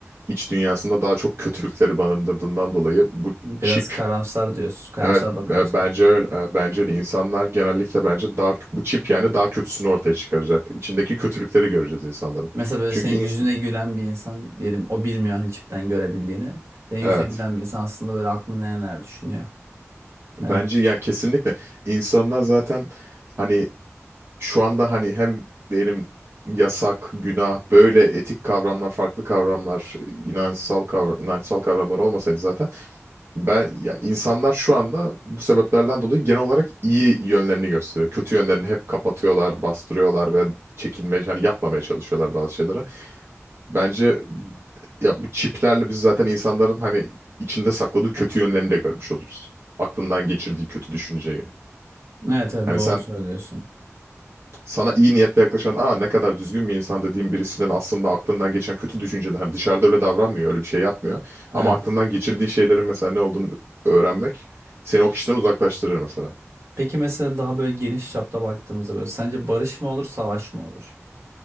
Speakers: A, on the right; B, on the right.
A: iç dünyasında daha çok kötülükleri barındırdığından dolayı bu
B: Biraz
A: çip
B: karamsar diyorsun, karamsar
A: evet
B: bakıyorsun.
A: e, bence öyle. E, bence de insanlar genellikle bence daha bu çip yani daha kötüsünü ortaya çıkaracak. İçindeki kötülükleri göreceğiz insanların.
B: Mesela böyle
A: Çünkü
B: senin
A: ins-
B: yüzüne gülen bir insan diyelim o bilmiyor hani çipten görebildiğini. Senin yüzüne
A: evet
B: gülen bir insan aslında böyle aklını neler neler düşünüyor.
A: bence
B: Evet.
A: yani kesinlikle insanlar zaten hani şu anda hani hem diyelim yasak, günah, böyle etik kavramlar, farklı kavramlar, inançsal kavram, inançsal kavramlar olmasaydı zaten ben ya insanlar şu anda bu sebeplerden dolayı genel olarak iyi yönlerini gösteriyor. Kötü yönlerini hep kapatıyorlar, bastırıyorlar ve çekinmeye, hani yapmamaya çalışıyorlar bazı şeylere. Bence ya bu çiplerle biz zaten insanların hani içinde sakladığı kötü yönlerini de görmüş oluruz. Aklından geçirdiği kötü düşünceyi.
B: Evet evet
A: Hani
B: doğru
A: sen
B: söylüyorsun.
A: sana iyi niyetle yaklaşan aa ne kadar düzgün bir insan dediğin birisinin aslında aklından geçen kötü düşünceler hani dışarıda öyle davranmıyor öyle bir şey yapmıyor ama
B: Evet.
A: aklından geçirdiği şeylerin mesela ne olduğunu öğrenmek seni o kişiden uzaklaştırır mesela.
B: Peki mesela daha böyle geniş çapta baktığımızda böyle sence barış mı olur savaş mı olur?